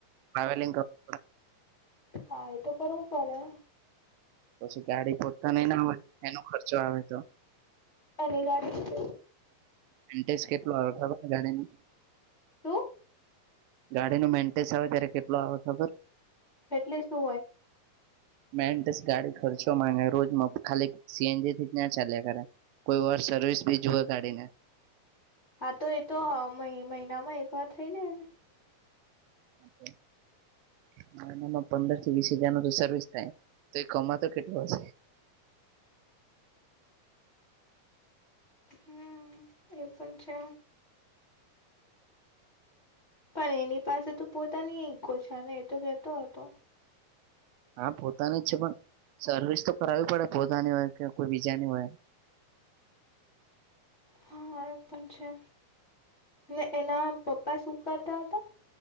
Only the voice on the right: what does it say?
ટ્રાવેલિંગ કરવું
પછી ગાડી ગોતા નઈ ના હોય એનો ખર્ચો આવે તો
ઈન્ટેશ કેટલો આવે ખબર ગાડી ને
ગાડી નું મેન્ટેન્સ આવે ત્યારે કેટલો આવે ખબર.
મેન્ટેસ ગાડી ખચો માંગે રોજ ખાલી સીએનજી થી જ ના ચાલ્યા કરે. કોઈ વાર સર્વિસ બી જુએ ગાડી ને
<unintelligible> હ એનામાં પંદર થી વીસ હજાર નો તો સર્વિસ થાય તો એ કમાતો કેટલો હશે.
હા પોતાની જ છે પણ સર્વિસ તો કરાવવી પડે પોતાની હોય કે કોઈ બીજાની હોય.